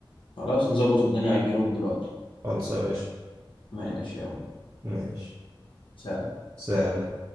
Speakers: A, on the left (about 75°); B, on the right (about 35°).
A: خلاص نظبط الدنيا على الجروب دلوقتي
B: خلاص يا باشا
A: ماشي يلا
B: ماشي
A: سلام
B: سلام